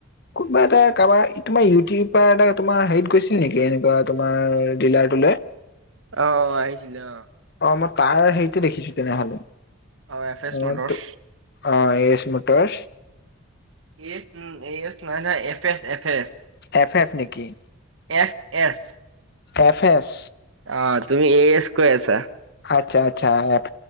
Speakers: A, on the left; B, on the right.
A: কোনোবা এটা কাৰোবাৰ তোমাৰ ইউটিউবাৰ এ তোমাৰ হেৰিত গৈছিল নেকি এনেকুৱা তোমাৰ ডিলাৰটোলৈ।
B: অ অ আহিছিলে অ।
A: অ মই তাৰ হেৰিতে দেখিছো তেনেহলে।
B: অ', এফ এছ
A: অ
B: মটৰছ।
A: এইছ মটৰচ।
B: এই চ এ এচ নাই নহয় F S F S.
A: F F নেকি?
B: F S.
A: F S.
B: অ তুমি এ এছ কৈ আছা।
A: আচ্ছা আচ্ছা এফ